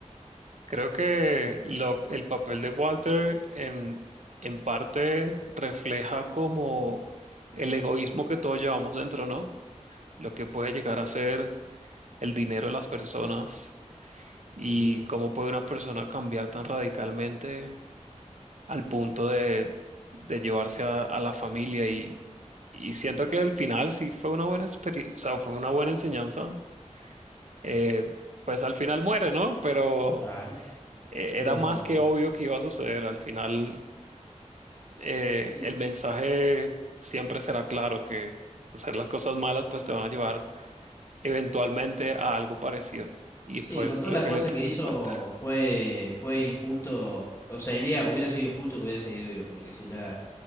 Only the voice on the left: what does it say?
Sí,
claro.
Pero
Sí,
sí,
con todas
las
cosas
que hizo
fue, fue injusto, o sea, iría, hubiera sido injusto que hubiera seguido vivo, porque si ya